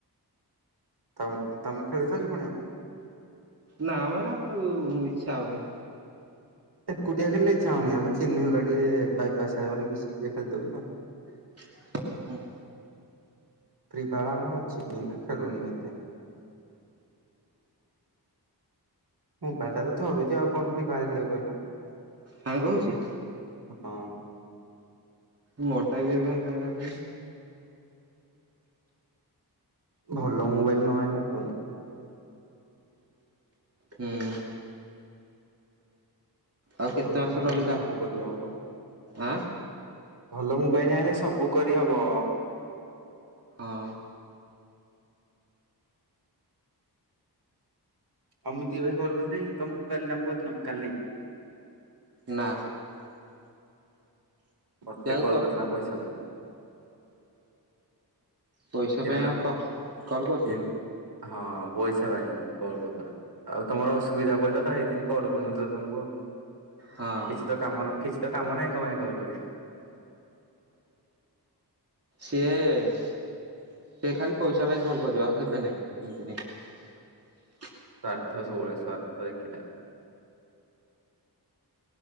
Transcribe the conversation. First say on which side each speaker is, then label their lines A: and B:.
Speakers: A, on the right; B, on the right.
A: ତମ ତମେ ଖେଳୁଛ କି ଫୁଣି?
B: ନା ମୋର ଆଉ ମୁଁ ଇଚ୍ଛା ହଉନି
A: ଏକୁଟିଆ ଖେଲେ ଇଛା ହଉନି ଆମେ ଚିିନୁ ଘରିକା ଟିକେ ବାଇପାସ୍ ସଡ ମିଶିକି ଟିକେ ଖେଳିଦଉ ତ।
B: <unintelligible>
A: <unintelligible> ଅଛି ଖେଳୁନି ମତେ। <inaudible> ମୋବାଇଲ ଟା ତ ଥରୁଛି ଆଉ କଣ ଫି ଫାୟାର ଖେଳିବ କହିଲ।
B: ହାଁ କହୁଛି।
A: ହଁ
B: ମୋଟା ବି ଏବେ ସାଙ୍ଗ ହେ-
A: ଭଲ ମୋବାଇଲ ନହଲେ ହବନି।
B: ହୁଁ। ଆଉ କେତେ
A: ଭଲ
B: ମାସ
A: ମୋବାଇଲ
B: ରହିଲା?
A: ଆଣିଲେ ସବୁ କରିହବ ବା।
B: ଆଁ।
A: ଭଲ ମୋବାଇଲ ଆଣିଲେ ସବୁ କରିହବ।
B: ହଁ
A: ଆମିତି ଭାଇ କଲ କରିଥିଲେ ତମକୁ କାଲି ନା ପରଦିନ କାଲି।
B: ନା।
A: ମତେ
B: ସେ ଆଉ
A: କଲ୍
B: କ
A: କରିଥିଲା ପଇସା ପାଇଁ।
B: ପଇସା
A: ଏ <unintelligible>
B: ପାଇଁ ଆଉ କ କଲ୍ କରୁଛି
A: ଏ ହଁ। ପଇସା ପାଇଁ କଲ କରୁ ଥିଲା ଆଉ ତମର ଅସୁବିଧା ପହିଲା ତ ହେଇଥି ପାଇଁ କଲ କରୁନଥିଲ ତମକୁ ଆଉ
B: ହଁ
A: କିଛି ତ କାମ ନା କିଛି କାମ ନାଇଁ କଣ ପାଇଁ କଲ କରିବୁ?
B: ସିଏ ସେ ଖାଲି ପଇସା ପାଇଁ ଫୋନ କରିବ ଆଉ କେବେ ନାଇଁ। ଏମିତି ନାଇଁ।
A: ସ୍ଵାର୍ଥ ସବୁବେଳେ ସ୍ଵାର୍ଥ ଦେଖିଲା।